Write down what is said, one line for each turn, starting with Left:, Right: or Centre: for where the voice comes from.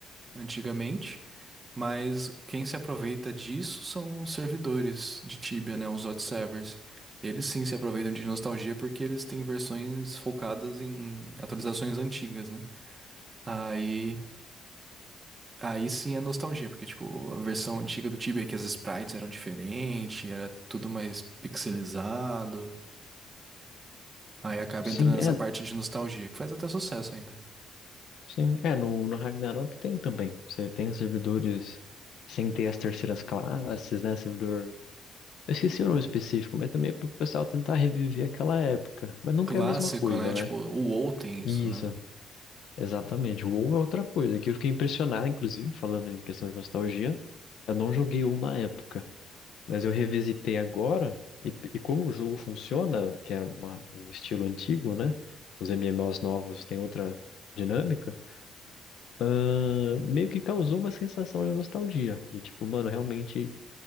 Right: antigamente, mas quem se aproveita disso são os servidores de Tibia, né, os hot servers. Eles sim se aproveitam de nostalgia porque eles têm versões focadas em atualizações antigas, né? Aí, aí sim é nostalgia, porque tipo, a versão antiga do Tibia que as sprites eram diferentes, era tudo mais pixelizado. Aí acaba
Left: Sim,
Right: entrando nessa
Left: é.
Right: parte de nostalgia, que faz até sucesso ainda.
Left: Sim, é. No, no Ragnarok tem também. Você tem os servidores sem ter as terceiras classes, né? Servidor. Eu esqueci o nome específico, mas também é pro pessoal tentar reviver aquela época. Mas nunca
Right: Clássico,
Left: é a mesma coisa,
Right: né? Tipo,
Left: né?
Right: o WoW tem isso,
Left: Isso,
Right: né?
Left: exatamente. O WoW é outra coisa, que eu fiquei impressionado, inclusive, falando em questão de nostalgia. Eu não joguei WoW na época. Mas eu revisitei agora, e, e como o jogo funciona, que é uma- um estilo antigo, né? Os MMOs novos têm outra dinâmica, ahn, meio que causou uma sensação de nostalgia. De tipo, mano, realmente